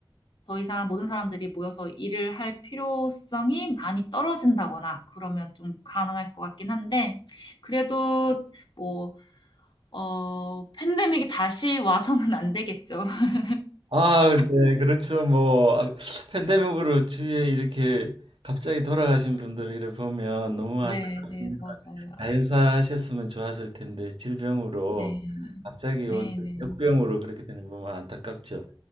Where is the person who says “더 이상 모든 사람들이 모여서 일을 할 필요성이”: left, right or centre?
Left